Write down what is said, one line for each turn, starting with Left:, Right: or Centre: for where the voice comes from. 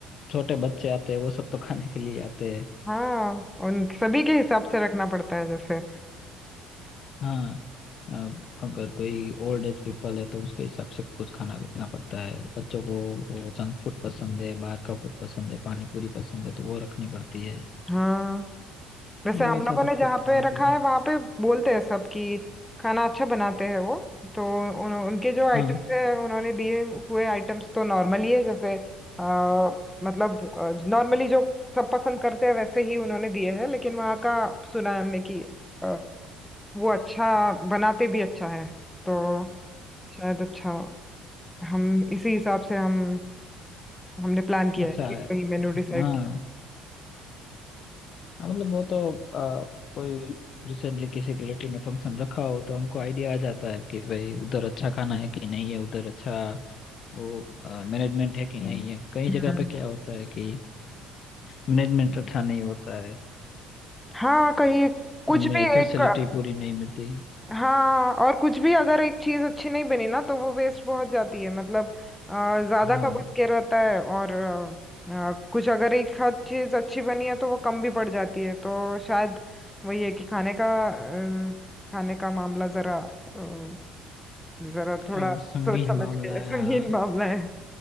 Left: छोटे बच्चे आते हैं वो सब तो खाने के लिए आते हैं
Centre: हाँ उन सभी के हिसाब से रखना पड़ता है जैसे
Left: हाँ अब अगर कोई ओल्ड एज पीपल है तो उसके हिसाब से कुछ खाना रखना पड़ता है बच्चों को वो जंक फूड पसंद है बाहर का फूड पसंद है पानी पूरी पसंद है तो वो रखनी पड़ती है
Centre: हाँ वैसे
Left: मतलब
Centre: हम
Left: ऐसा
Centre: लोगों
Left: सब
Centre: ने जहाँ
Left: कुछ
Centre: पे
Left: में भी
Centre: रखा है वहाँ पे बोलते हैं सब कि खाना अच्छा बनाते हैं वो तो उन, उनके जो आइटम्स
Left: हाँ
Centre: है उन्होंने दिए हुए आइटम्स तो नॉर्मली है जैसे आ, मतलब नॉर्मली जो सब पसंद करते हैं वैसे ही उन्होंने दिए हैं लेकिन वहाँ का सुना है हमने कि अ, वो अच्छा बनाते भी अच्छा है तो शायद अच्छा हम इसी हिसाब से हम हमने प्लान किया
Left: अच्छा
Centre: है कि कहीं मेनू डिसाइड
Left: हाँ
Centre: किया
Left: हाँ, मतलब वो तो आ, कोई रिसेंटली किसी रिलेटिव ने फंक्शन रखा हो तो हमको आइडिया आ जाता है कि भाई उधर अच्छा खाना है कि नहीं है उधर अच्छा वो मैनेजमेंट है कि नहीं है कई
Centre: है।
Left: जगह
Centre: हम्म
Left: पे क्या होता है कि मैनेजमेंट अच्छा नहीं होता है
Centre: हाँ कहीं कुछ
Left: हमें
Centre: भी
Left: फैसिलिटी
Centre: एक
Left: पूरी नहीं मिलती
Centre: हाँ और कुछ भी अगर एक चीज अच्छी नहीं बनी ना तो वो वेस्ट बहुत जाती है मतलब अ, ज्यादा
Left: हाँ
Centre: का बच के रहता है और अ, अ, कुछ अगर एक आध चीज अच्छी बनी है तो वो कम भी पड़ जाती है तो शायद वही है कि खाने का अ, खाने का मामला जरा अ, जरा
Left: अ,
Centre: थोड़ा
Left: संगीत
Centre: सोच समझ
Left: मामला
Centre: के
Left: है
Centre: संगीन
Left: हाँ
Centre: मामला है